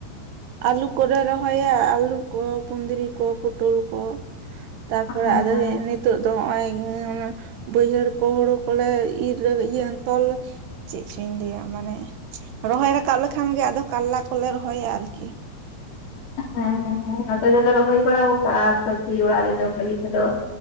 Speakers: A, on the right; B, on the left.
A: ᱟᱹᱞᱩ ᱠᱚᱞᱮ ᱨᱚᱦᱚᱭᱟ, ᱟᱹᱞᱩ ᱠᱚ, ᱠᱩᱸᱫᱽᱨᱤ ᱠᱚ, ᱯᱚᱴᱚᱞ ᱠᱚᱼᱼ ᱛᱟᱨᱯᱚᱨ
B: ᱦᱮᱸ
A: ᱟᱫᱚ
B: ᱦᱮᱸ
A: ᱱᱤᱛᱼᱼ ᱱᱤᱛᱚᱜ ᱫᱚ ᱱᱚᱜᱼᱚᱭ ᱵᱟᱹᱭᱦᱟᱹᱲ ᱠᱚ ᱦᱩᱲᱩ ᱠᱚᱞᱮ ᱤᱨ ᱨᱮ ᱤᱭᱟᱹ ᱛᱚᱞᱼᱼ ᱪᱮᱫ ᱪᱚᱧ ᱞᱟᱹᱭᱟ ᱢᱟᱱᱮ, ᱨᱚᱦᱚᱭ ᱨᱟᱠᱟᱵ ᱞᱮᱠᱷᱟᱱ ᱜᱮ ᱟᱫᱚ ᱠᱟᱟᱨᱞᱟ ᱠᱚᱞᱮ ᱨᱚᱦᱚᱭᱟ ᱟᱨᱠᱤ ᱾
B: ᱦᱮᱸ ᱦᱮᱸ ᱦᱮᱸ ᱱᱚᱛᱮ ᱫᱚᱞᱮ ᱨᱚᱦᱚᱭ ᱵᱟᱲᱟ ᱠᱟᱜᱼᱟ ᱥᱚᱵᱽᱡᱤ ᱚᱲᱟᱜ ᱨᱮ ᱡᱚᱢ ᱞᱟᱹᱜᱤᱫ ᱛᱮᱫᱚ ᱾